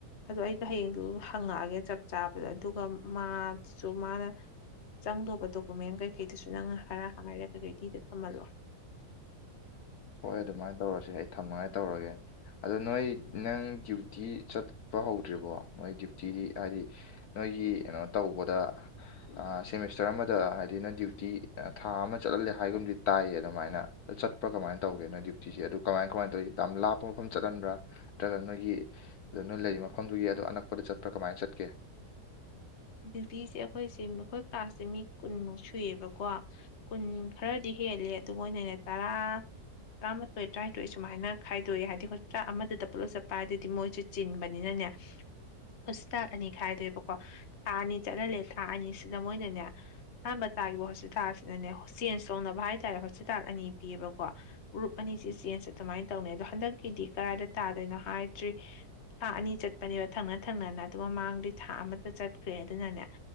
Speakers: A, on the left; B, on the left.
A: ꯑꯗꯨꯗ ꯑꯩꯗꯣ ꯍꯌꯦꯡꯗꯨ ꯍꯪꯉꯛꯑꯒꯦ ꯆꯞ ꯆꯥꯕꯗ ꯑꯗꯨꯒ ꯃꯥ ꯁꯨ ꯃꯥꯅ ꯆꯪꯗꯧꯕ ꯗꯣꯀꯨꯃꯦꯟ ꯀꯩ ꯀꯩꯗꯨꯁꯨ ꯅꯪꯅ ꯈꯔ ꯍꯥꯏꯔꯒ ꯔꯦꯗꯤꯗ ꯊꯝꯍꯜꯂꯣ
B: ꯍꯣꯏ ꯑꯗꯨꯃꯥꯏꯅ ꯇꯧꯔꯁ ꯑꯩ ꯊꯝꯅꯉꯥꯏ ꯇꯧꯔꯒꯦ ꯑꯗꯣ ꯅꯣꯏ ꯅꯪ ꯗ꯭ꯌꯨꯇꯤ ꯆꯠ ꯍꯧꯗ꯭ꯔꯤꯕꯀꯣ ꯅꯣꯏ ꯗ꯭ꯌꯨꯇꯤꯗꯤ ꯍꯥꯏꯗꯤ ꯅꯣꯏꯒꯤ ꯀꯩꯅꯣ ꯇꯧꯕꯗꯁ ꯆꯔ ꯑꯃꯗ ꯍꯥꯏꯗꯤ ꯅ ꯗ꯭ꯌꯨꯇꯤ ꯊꯥ ꯑꯃ ꯆꯠꯍꯜꯂꯦ ꯍꯥꯏꯒꯨꯝꯕꯗꯤ ꯇꯥꯏꯌꯦ ꯑꯗꯨꯃꯥꯏꯅ ꯑ ꯆꯄ꯭ꯔꯥ ꯀꯃꯥꯏꯅ ꯇ ꯇꯧꯒꯦ ꯅꯣꯏ ꯗ꯭ꯌꯨꯇꯤꯁꯦ ꯑꯗꯨ ꯀꯃꯥꯏ ꯀꯃꯥꯏꯅ ꯇꯧꯋ ꯌꯥꯝ ꯂꯥꯞꯄ ꯃꯐꯝ ꯆꯠꯍꯟꯕ꯭ꯔꯥ ꯅꯠꯇ꯭ꯔꯒ ꯅꯣꯏꯒꯤ ꯅꯣꯏ ꯂꯩ ꯃꯐꯝꯗꯨꯒꯤ ꯑꯗꯨ ꯑꯅꯛꯄꯗ ꯆꯠꯄ꯭ꯔꯥ ꯀꯃꯥꯏꯅ ꯆꯠꯀꯦ
A: ꯗ꯭ꯌꯨꯇꯤꯁꯦ ꯑꯩꯈꯣꯏꯁꯦ ꯑꯩꯈꯣꯏ ꯀ꯭ꯂꯥꯁꯁꯦ ꯃꯤ ꯀꯨꯟꯃꯨꯛ ꯁꯨꯏꯌꯦꯕꯀꯣ ꯀꯨꯟ ꯈꯔꯗꯤ ꯍꯦꯜꯂꯦ ꯑꯗꯨ ꯃꯣꯏꯅꯅꯦ ꯇꯔꯥ ꯇꯔꯥꯃꯥꯊꯣꯏ ꯇꯔꯥꯅꯤꯊꯣꯏ ꯁꯨꯃꯥꯏꯅ ꯈꯥꯏꯗꯣꯛꯑꯦ ꯍꯥꯏꯗꯤ ꯍꯁꯄꯤꯇꯥꯥꯛ ꯑꯃꯗ ꯄꯨꯜꯂꯞ ꯆꯠꯄꯥꯏ ꯍꯥꯏꯗꯗꯤ ꯃꯣꯏꯁꯨ ꯆꯤꯟꯕꯅꯤꯅ ꯍꯁꯇꯥꯥꯛ ꯑꯅꯤ ꯈꯥꯏꯗꯣꯏꯕꯀꯣ ꯊꯥ ꯑꯅꯤ ꯆꯠꯍꯜꯂꯦ ꯊꯥ ꯑꯅꯤꯁꯤꯗ ꯃꯣꯏꯅꯅꯦ ꯑꯍꯥꯟꯕ ꯇꯥꯈꯤꯕ ꯍꯣꯁꯄꯤꯇꯥꯜꯁꯤꯗꯅꯦ ꯆꯦꯟꯖ ꯇꯧꯅꯕ ꯍꯥꯏꯇꯥꯔꯦ ꯍꯣꯁꯄꯤꯇꯥꯜ ꯑꯅꯤ ꯄꯤꯕꯀꯣ ꯒ꯭ꯔꯨꯞ ꯑꯅꯤꯁꯤ ꯆꯦꯟꯁ ꯑꯗꯨꯃꯥꯏ ꯇꯧꯅꯤ ꯑꯗꯣ ꯍꯟꯗꯛꯀꯤꯗꯤ ꯀ ꯊꯥꯗꯣꯏꯅꯣ ꯍꯥꯏꯗ꯭ꯔꯤ ꯊꯥ ꯑꯅꯤ ꯆꯠꯄꯅꯦꯕ ꯊꯪꯅ ꯊꯪꯅꯅ ꯑꯗꯨꯒ ꯃꯃꯥꯡꯗ ꯊꯥ ꯑꯃꯗ ꯆꯠ ꯈ꯭ꯔꯦ ꯑꯗꯨꯅꯅꯦ